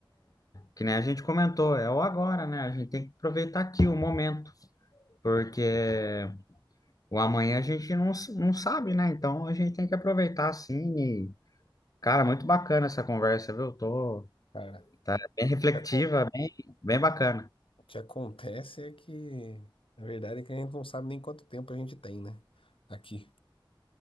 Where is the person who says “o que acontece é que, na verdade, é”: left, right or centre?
Left